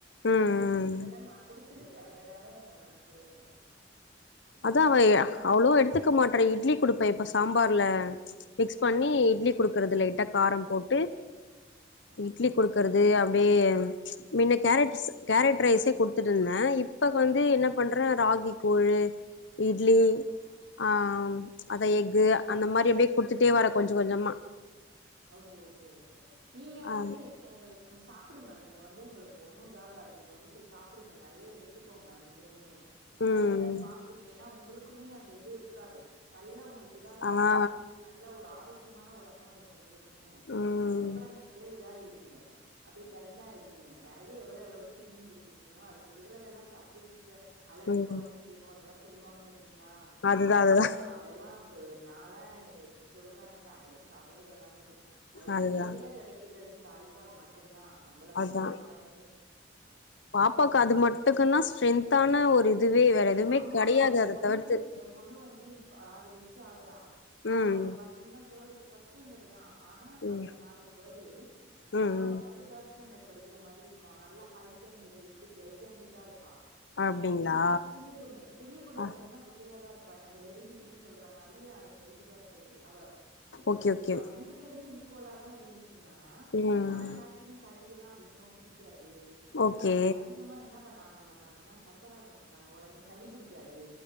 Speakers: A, on the left; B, on the right.
A: ம்
B: இதெல்லா நா குடுத்திருக்கே அந்தனால நா சொல்ற
A: அதா வை அவ்ளோ எடுத்துக்க மாட்ர இட்லி குடுப்பே இப்ப சாம்பார்ல மிக்ஸ் பண்ணி
B: ம்
A: இட்லி குடுக்கறது லைட்டா காரம் போட்டு
B: ம்
A: இட்லி குடுக்கறது அப்டியே மின்ன கேரட்ஸ் கேரட் ரைஸே குடுத்துட்டுருந்தே இப் இப்ப வந்து என்ன பண்ற ராகி கூழு இட்லி ஆ ம் அதா எஃக்கு அந்த மாரி அப்டியே குடுத்துட்டே வர கொஞ்ச கொஞ்சமா
B: ஓகே ஓகே ஓகே நீங்க வந்து
A: ஆ
B: ஏ சாப்டுங்க நீங்க வந்து உங்களுக்கு ஒண்ணு இதாகாது நீங்க வந்து செர் சாப்டுங்க நெறைய எடுத் த்துக்கோங்க நீங்களுமே
A: ம்
B: நல்லா சாப்டுங்க ஏனா உங்களுக்குமே அந்த இது இருக்காது நல்ல உங்களுக்கு இதா இருந்தா
A: ஆனா
B: தா உங்களுக்குமே நல்ல ஒரு ஆரோக்கியமான ஒடம்பா இருக் உங்களுக்குமே
A: ம்
B: அதுக்கப்றோ நீங்களே இதாயிருவீங்க அப்டியே டல்லாயிடுவீங்க நெறைய எவளோ எவளோ ஃபீடிங் குடு க்குறிங்ளோ அது சொல்றதெல்லா தப்பு சிஸ்டர் அழகு
A: ம்
B: கொறஞ்சி போயிரு அதெல்லா சொல்லுவாங்க பாத்தீங்களா
A: அதுதா
B: அதெல்லா
A: அதுதா
B: அதெல்லா ப நாளா சொல்றாங்கல்ல அதெல்லா தவ் வருதலானது அவளுக்கு
A: அதுதா
B: இயற்கையா கெடைக்கிறது தாய்ப்பால் மட்டுந்தா நம்பள
A: அதா
B: மூலமா கொழந்
A: பாப்பாக்கு அது மட்டுக்குனா ஸ்ட்ரென்தான ஒரு இதுவே வேற எதுமே
B: ஆமா
A: கெடையாது
B: எ
A: அத்
B: பொண்ணு
A: அத தவிர்த்து
B: எ பொண்ணு வந்து இப்ப ஆறு வயசு ஆகறா ஆனா
A: ம்
B: அவள பாத்தீங்னா தேடு் ச ஃபஸ் டண்டுதா ஆனா
A: ம்
B: அவளுக்கு நாளைக்கு பாடே
A: ம்
B: ஆனா
A: ம்
B: அவள பாத் து தேட் ஸ்டாண்டர்ட் படிக்கிற மாதிரி இருப்பா நல்ல ஹைட் அண்ட் வெயிட்டு ஜைஜெண்டிக்கா இருப்பா ஏன்
A: அப்டிங்களா
B: சின்ன சின்ன பொண்ணு பெரிய பொண்ணு
A: ஆ
B: பாத்தீங்கனா குட்டையாதா இருப்பா அந்த ஹெரிடிட்டின் சொல்ற மாதிரி அ எங்க வீட்டுக்கார் சைடு அவ
A: ஓகே
B: து
A: ஓகே
B: அ ரெண்டு பேருமே ஈக்குவலா தா இருந்துச்சிங்க ஆனா
A: ம்
B: ஆனா மேக் சிம சளி எல்லா அதிகமா புடிக்காது ஸ்
A: ஓகே
B: அது அதி திகமா என்ன பண்ண ஆக மாட்டாங்கனா சஃபர் ஆக மாட்டாங்க ஒடனே சளி புடிக் கியாது